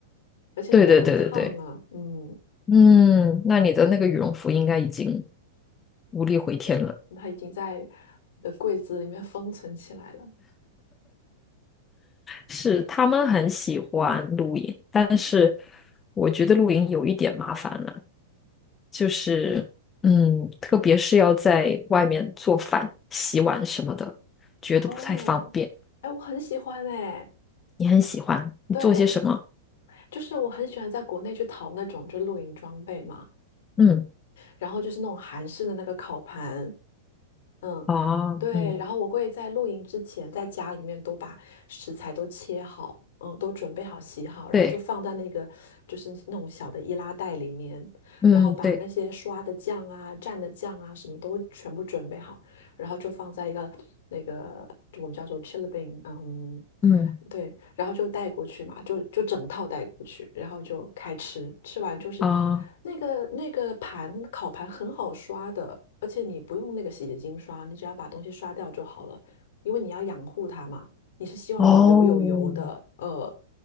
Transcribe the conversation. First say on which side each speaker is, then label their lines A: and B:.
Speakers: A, on the left; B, on the left.
A: 而且那个很烫啊，
B: 对对对对对，
A: 嗯，
B: 嗯，那你的那个羽绒服应该已经无力回天了。
A: 它已经在我的柜子里面封存起来了。
B: 是他们很喜欢露营，但是我觉得露营有一点麻烦了。就是嗯，特别是要在外面做饭、洗碗什么的，觉得不太方便。
A: 哦，哎，我很喜欢哎，
B: 你很喜欢，你做些什么？
A: 对，就是我很喜欢在国内去淘那种就露营装备嘛，
B: 嗯，
A: 然后就是那种韩式的那个烤盘，嗯，
B: 啊，
A: 对，
B: 嗯，
A: 然后我会在露营之前在家里面都把食材都切好，嗯，都准备好洗好，然后就放在那个就是那种小的易拉袋里面，
B: 对，嗯，
A: 然后把那些刷的酱啊、
B: 对，
A: 蘸的酱啊什么都全部准备好，然后就放在一个那个就我们叫做 chili bean，嗯，
B: 嗯，
A: 对，然后就带过去嘛，就就整套带过去，然后就开吃，吃完就是
B: 啊，
A: 那个那个盘烤盘很好刷的，而且你不用那个洗洁精刷，你只要把东西刷掉就好了，因为你要养护它嘛，你是希望有留有油的，
B: 哦，
A: 呃。